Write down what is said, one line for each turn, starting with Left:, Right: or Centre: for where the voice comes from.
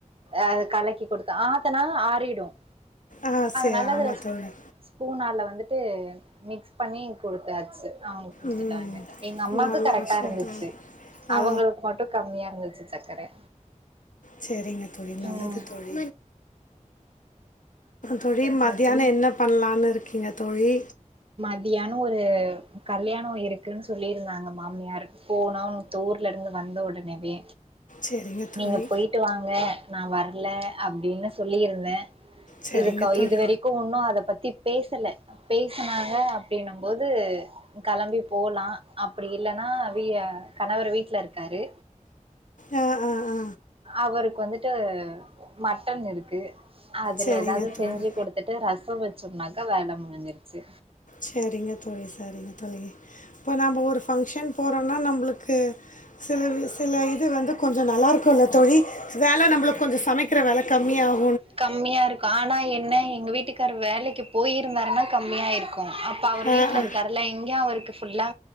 Right: அ கலக்கி கொடுத்தே ஆத்துனா ஆறிடும்
Left: ஆ சரி
Right: நல்லது
Left: ஆமாம் தோழி
Right: ஸ்பூன் ஆல வந் வந்துட்டு மிக்ஸ் பண்ணி கொடுத்தாச்சு அவங்க குடுத்துட்டாங்க
Left: ம்
Right: எங்க அம்மாக்கு
Left: நல்ல
Right: கரெக்டா
Left: விஷயம்
Right: இருந்துச்சு
Left: தோழி ஆ
Right: அவங்களுக்கு மட்டும் கம்மியா இருந்துச்சு சக்கர
Left: சரிங்க தோழி நல்லது
Right: ம்
Left: தோழி தோழி மறந் மதியானம் என்ன பண்ணலான்னு இருக்கீங்க தோழி
Right: மதியானம் ஒரு கல்யாணம் இருக்குன் சொல்லிருந்தாங்க மாமியார் போனோ இந்த ஊர்ல இருந்து வந்த உடனே வே
Left: சரிங்க தோழி
Right: நீங்க போயிட்டு வாங்க நான் வரல அப்படின்னு சொல்லியிருந்தேன்
Left: சரிங்க
Right: இதுக்கு
Left: தோழி
Right: இதுவரைக்கும் ஒன்னும் அத பத்தி பேசல பேசனாங்க அப்படின்னும் போது கெளம்பி போலாம் அப்படி இல்லனா விய கணவர் வீட்டுல இருக்காரு
Left: ஆ ஆ ஆ
Right: அவருக்கு வந்துட்டு மட்டன் இருக்கு அதுல
Left: சரிங்க
Right: ஏதாவது செஞ்சு
Left: தோழி
Right: கொடுத் ரசம் வச்சோம்னாக்கா வேலை முடிஞ்சிருச்சு
Left: சரிங்க தோழி சரிங்க தோழி இப்போ நம்ம ஒரு ஃபங்க்ஷன் போறோம்னா நம்மளுக் க்கு சில சில இது வந்து கொஞ்ச நல்லாயிருக்குமல தோழி வேலை நம்மளுக்கு கொஞ்ச சமைக்கிற வேலை கம்மியாவு
Right: கம்மியா இருக்கு ஆனா என்ன எங்க வீட்டுக்கார் வேலைக்கு போயிருந்தாருன்னா கம்மியா இருக்கு இப்ப அவர்
Left: ஆ
Right: வீட்டுல
Left: ஆ
Right: இருக்காருல அங்கயும் அவருக்கு புல்லா